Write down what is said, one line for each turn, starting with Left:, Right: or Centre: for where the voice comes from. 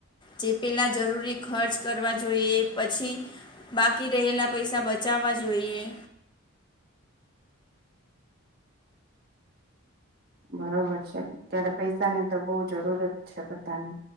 Left: જે પેલાં જરૂરી ખર્ચ કરવા જોઈએ એ પછી બાકી રહેલા પૈસા બચાવવા જોઈએ.
Right: બરોબર છે ત્યારે પૈસાની બહુ જરૂર છે બધાને.